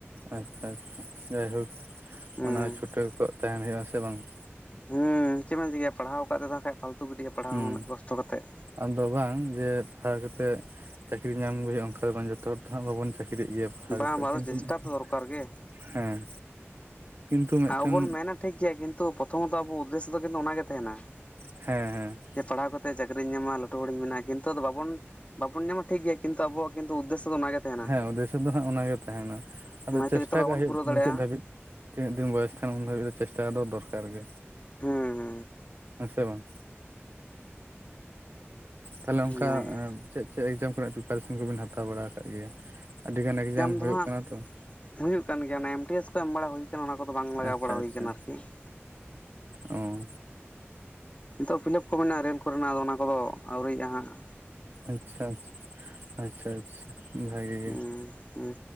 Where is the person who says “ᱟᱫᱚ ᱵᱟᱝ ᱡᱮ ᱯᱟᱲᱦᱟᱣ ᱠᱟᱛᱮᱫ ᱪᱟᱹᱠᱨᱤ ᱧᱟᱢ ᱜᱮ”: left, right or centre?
Right